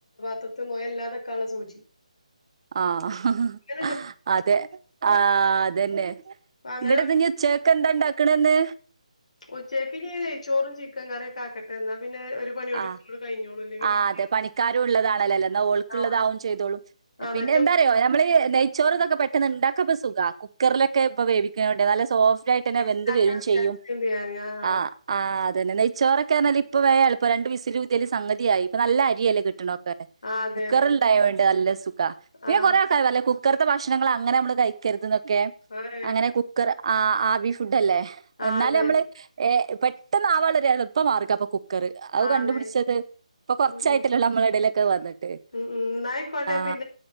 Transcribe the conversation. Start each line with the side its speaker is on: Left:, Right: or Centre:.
Left: ത്ത് മൊയല്ലാതക്കാള്ള സൂചി
Right: ആഹ്
Left: അങ്ങനെണ്ട്
Right: അതെ ആ അതന്നെ
Left: അങ്ങനെ
Right: ന്നട്ടിഞ്ഞി ഉച്ചക്കക്ക് ന്താണ്ടാ ക്ക്ണ്ന്ന്?
Left: ഉച്ചക്ക് ഞ്ഞി നെയ്ച്ചോറും ചിക്കൻ കറിയൊക്കെ ആക്കട്ടെ എന്നാ പിന്നെ ഒരു പണിയോണ്ട്
Right: ആ
Left: ഇങ്ങട് കഴിഞ്ഞോളും ഇല്ലെങ്കി
Right: ആ
Left: മറ്റേ
Right: അതെ പണിക്കാരും ഉള്ളതാണല്ലോല്ലേ ന്നാൽ ഓൾക്കുള്ളതാവും
Left: ആഹ്
Right: ചെയ്തോളും
Left: ആഹ്
Right: പിന്നെന്താന്നറിയോ
Left: മറ്റേ
Right: നമ്മള് നെയ് ചോറുംതൊക്കെ പെട്ടന്ന്ണ്ടാക്കാപ്പൊ സുഖ കുക്കറിലൊക്കെ ഇപ്പൊ വേവിക്കാണ്ടേ നല്ല സോഫ് റ്റായിട്ടെന്നെ വെന്ത്
Left: ഇണ്ടാക്കാൻ
Right: വരും
Left: വിചാരിച്ചിട്ടുണ്ട്
Right: ചെയ്യും
Left: ഞാന് ആഹ്
Right: ആ ആ തെന്നെ നെയച്ചോറൊക്കെറഞ്ഞാല് ഇപ്പ വേം എളുപ്പ പ്പാ രണ്ട് വിസിലൂതിയാല് സംഗ യായി പ്പൊ നല്ല അരിയല്ലെ കിട്ടണൊക്കെ
Left: ആഹ് ആഹ് അതെ
Right: കുക്കറിണ്ടായോണ്ട്
Left: അതെ
Right: നല്ല സുഖ പിന്നെ
Left: ആഹ്
Right: കൊറേ ആൾക്കാര് കുക്കർത്തെ ഭക്ഷണങ്ങള് അങ്ങന നമ്മള് കഴിക്കരുത് ന്നൊക്കെ ക്കെ
Left: ഏഹ്
Right: അങ്ങനെ കുക്കർ ആ ആബി ഫുഡ് അല്ലേ
Left: ആഹ്
Right: എന്നാല്
Left: അതെ
Right: നമ്മള് ഏ പെട്ടെന്ന് ആവാള്ളൊരെളുപ്പ മാർഗാപ്പൊ കുക്കർ അത്
Left: ആഹ്
Right: കണ്ടുപിടിച്ചത്
Left: അതെ
Right: ഇപ്പൊ കൊറച്ചായിട്ടല്ലോള്ളു
Left: ഉം ഉം
Right: നമ്മളെ ഇടയിലൊക്കെ വന്നിട്ട്
Left: ഉം ഉം ന്നായിക്കോട്ടെ
Right: ആ
Left: പിന്നെ